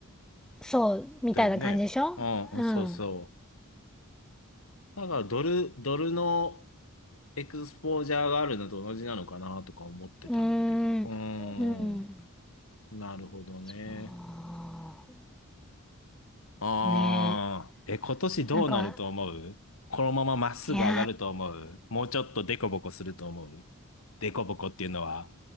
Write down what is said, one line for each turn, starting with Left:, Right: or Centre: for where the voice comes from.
Centre: そうみたいな感じでしょ
Left: だよね。うん、うんそうそ
Centre: うん。う
Left: う。だから、ドル、ドルのエクスポージャーがあるのと同じなのかなとか思ってたんだけど。
Centre: ーん。
Left: うー
Centre: うん。
Left: ん、なるほどね。
Centre: あ
Left: ああ、
Centre: ーね
Left: え、今年どうなると思うこのまままっすぐ上がると思うもうちょっとデコボコすると思う
Centre: え。なんか、いや
Left: デコボコっていうのは、